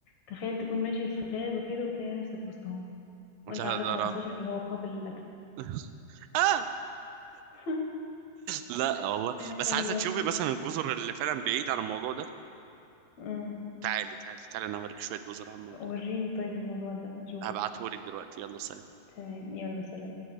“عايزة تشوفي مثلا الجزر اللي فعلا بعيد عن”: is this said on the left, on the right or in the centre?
Right